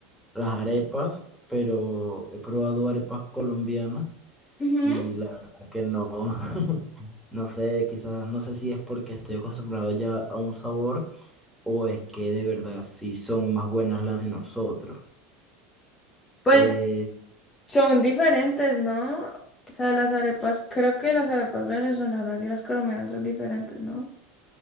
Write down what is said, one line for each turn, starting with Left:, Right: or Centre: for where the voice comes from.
Centre: las arepas, pero he probado arepas colombianas
Left: Ujú.
Centre: y la verdad que no, <laughs> No sé, quizás, no sé si es porque estoy acostumbrado ya a un sabor o es que de verdad sí son más buenas las de nosotros.
Left: Pues
Centre: Eh,
Left: son diferentes, ¿no? O sea, las arepas, creo que las arepas venezolanas y las colombianas son diferentes, ¿no?